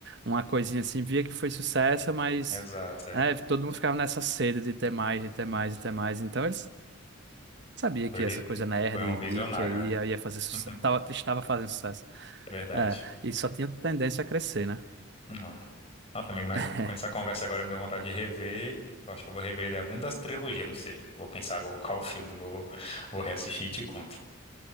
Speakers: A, on the right (about 55°); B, on the left (about 30°).
A: uma coisinha assim, via que foi sucesso, mas
B: Exato, é.
A: né, todo mundo ficava nessa sede de ter mais, de ter mais, de ter mais. Então ele sabia
B: Foi,
A: que
B: vi-
A: essa coisa nerd,
B: foi um visionário,
A: geek aí
B: né?
A: ia ia fazer sucesso,
B: <laughs>
A: tava- estava fazendo sucesso.
B: Verdade.
A: É, e só tinha tendência a crescer, né?
B: Vamos lá. Nossa, amigo, mas
A: <laughs>
B: com essa conversa agora me deu vontade de rever. Eu acho que eu vou rever ele algum das trilogias, não sei. Vou pensar agora qual filme vou, vou reassistir e te conto.